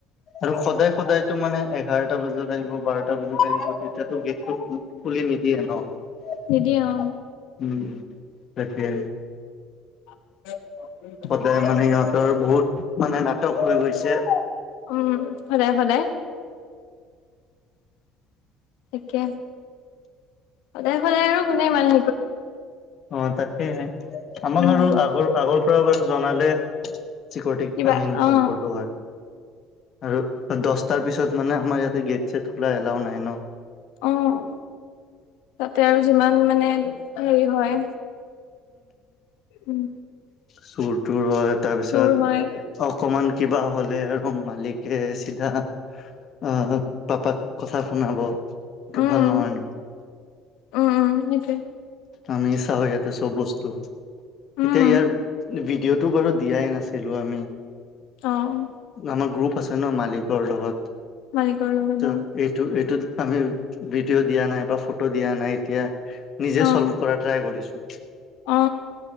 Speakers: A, on the left; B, on the left.
A: আৰু সদায় সদায়তো মানে এঘাৰটা বজাত আহিব বাৰটা বজাত আহিব। তেতিয়াতো গেটটো খুলি নিদিয়ে নহ উ
B: নিদিয়ে অ
A: তাকে।
B: <unintelligible>
A: সদায় মানে ইহঁতৰ বহুত মানে নাটক হৈ গৈছে।
B: উম সদায় সদায়। তাকে সদায় সদায় আৰু কোনে মানে
A: অ' তাকেইহে আমাক
B: উম
A: আৰু আগৰ আগৰ পৰা বাৰু জনালে চিকৰিটিক
B: কিবা
A: আমি ইনফৰ্ম
B: অ
A: কৰিলোঁ হয়। আৰু দহটাৰ পিছত মানে আমাৰ ইয়াতে গেট গেট চেট খোলা এলাউ নাই ন
B: অহ তাতে আৰু যিমান মানে হেৰি হয়, উম।
A: চোৰ তুৰ হয় তাৰ পিছত
B: চোৰ হয়
A: অকমান কিবা হলে আৰু মালিক সেয়ে চিধা আ পাপাক কথা শুনাব এইটো
B: উম
A: ভাল নহয় ন'
B: উম উম সেইটোয়ে।
A: আমি‌ ‍ চাওঁ ইয়াতে চব বস্তু।
B: উম
A: এতিয়া ইয়াৰ ভিডিঅ'টো বাৰু দিয়াই নাছিলোঁ আমি।
B: অ'
A: আমাৰ গ্ৰুপ আছে নহ মালিকৰ লগত।
B: মালিকৰ লগত
A: টো
B: অ
A: এইটোত আমি ভিডিঅ' দিয়া নাই বা ফটো দিয়া নাই এতিয়া নিজে
B: অ
A: চল্ভ কৰা ট্ৰাই কৰিছোঁ।
B: অ